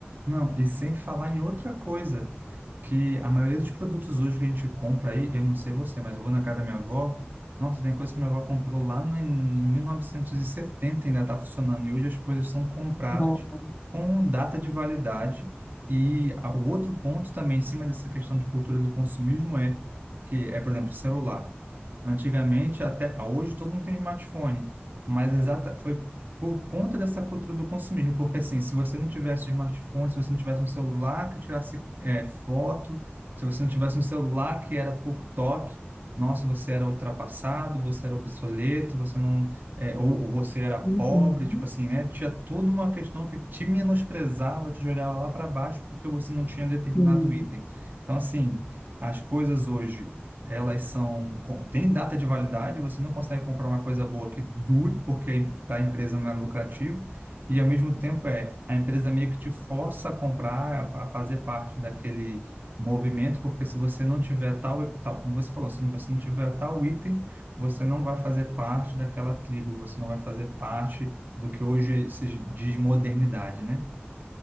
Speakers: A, on the right (about 45°); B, on the left (about 30°).
A: Não, e sem falar em outra coisa, que a maioria dos produtos hoje que a gente compra aí, eu não sei você, mas eu vou na casa da minha avó, nossa, tem coisa que minha avó comprou lá no, em 1970 e setenta e ainda está funcionando, e hoje as coisas são compradas
B: Nossa.
A: com data de validade. E a- o outro ponto também, em cima dessa questão de cultura do consumismo, é que é, por exemplo, celular. Antigamente, até hoje, todo mundo tem smartphone, mas exata foi por conta dessa cultura do consumismo, porque assim, se você não tivesse smartphone, se você não tivesse um celular que tirasse eh, foto, se você não tivesse um celular que era por toque, nossa, você era ultrapassado, você era obsoleto, você não, eh, ou, ou você era pobre,
B: Uhum.
A: tipo assim, né? Tinha toda uma questão que te menosprezava, te jogava lá para baixo porque você não tinha determinado
B: Sim.
A: item. Então, assim, as coisas hoje elas são com- têm data de validade, você não consegue comprar uma coisa boa que dure, porque para a empresa não é lucrativo, e ao mesmo tempo é a empresa meio que te força a comprar, a a fazer parte daquele movimento, porque se você não tiver tal, tal, como você falou, se você não tiver tal item, você não vai fazer parte daquela tribo, você não vai fazer parte do que hoje se diz modernidade, né?